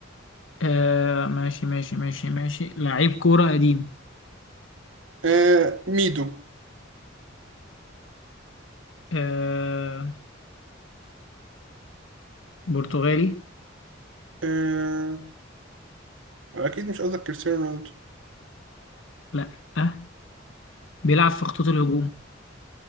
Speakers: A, on the left; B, on the right.
A: آه... ماشي ماشي ماشي ماشي لعيب كورة قديم
B: آه ميدو
A: آه... برتغالي
B: آه اكيد مش قصدك كريستيانو رونالدو
A: لا آه. بيلعب في خطوط الهجوم